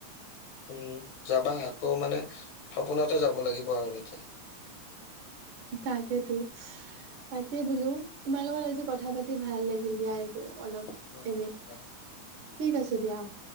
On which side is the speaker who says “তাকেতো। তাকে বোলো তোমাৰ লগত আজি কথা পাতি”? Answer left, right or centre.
Right